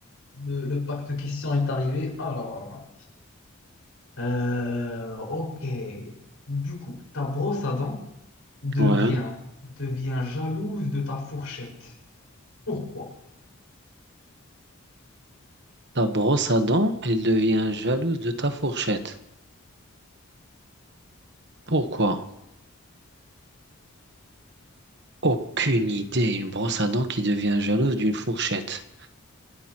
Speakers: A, on the left; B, on the right.
A: le, le pack de questions est arrivé. Alors, euh, ok. Du coup, ta brosse à dents devient,
B: Ouais.
A: devient jalouse de ta fourchette. Pourquoi?
B: Ta brosse à dents, elle devient jalouse de ta fourchette. Pourquoi? Aucune idée. Une brosse à dents qui devient jalouse d'une fourchette.